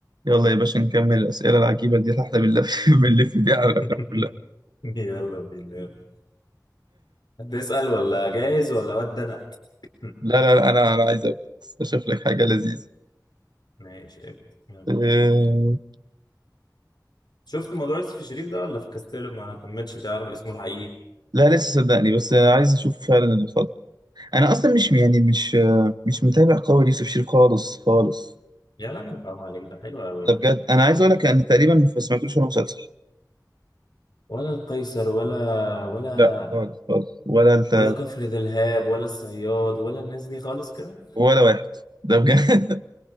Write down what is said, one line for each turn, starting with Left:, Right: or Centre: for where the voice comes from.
Right: يلا يا باشا نكمل الأسئلة العجيبة دي اللي احنا بنلف <laughs> بنلف بيها على
Left: <laughs>
Right: الأفلام كلها
Left: يلا بينا يلا هتسأل ولا جاهز ولا ود انا <laughs>
Right: لا لا لا أنا أنا عايز أبدأ أشوف لك حاجة لذيذة
Left: ماشي ابدا يلا.
Right: أه...
Left: شفت موضوع يوسف الشريف ده ولا في كاستيلو ما تمتش تعرف اسمه الحقيقي
Right: لا لسه صدقني بس عايز أشوف فعلا اللي فاضل أنا أصلا مش يعني مش مش متابع قوي ليوسف شريف خالص خالص
Left: يا راجل حرام عليك ده حلو قوي يعني
Right: ده بجد أنا عايز
Left: يا عم
Right: أقول لك أن تقريبا ما سمعتلوش ولا مسلسل
Left: ولا القيصر ولا ولا
Right: لا خالص خالص ولا الت...
Left: ولا كفر دلهاب ولا الصياد ولا الناس دي خالص كده
Right: ولا واحد ده بجد